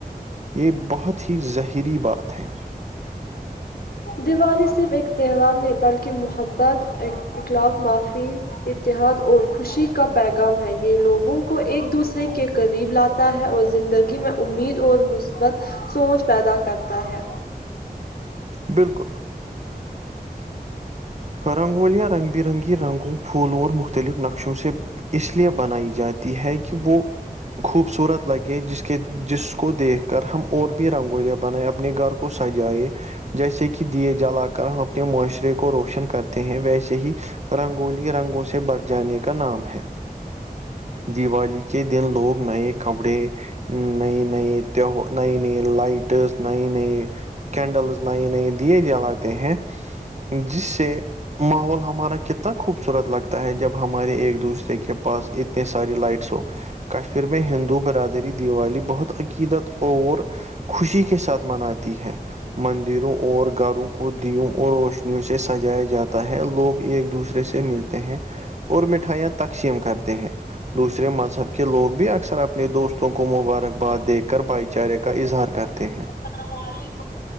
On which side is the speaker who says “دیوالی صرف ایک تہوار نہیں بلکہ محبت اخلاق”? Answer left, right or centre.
Left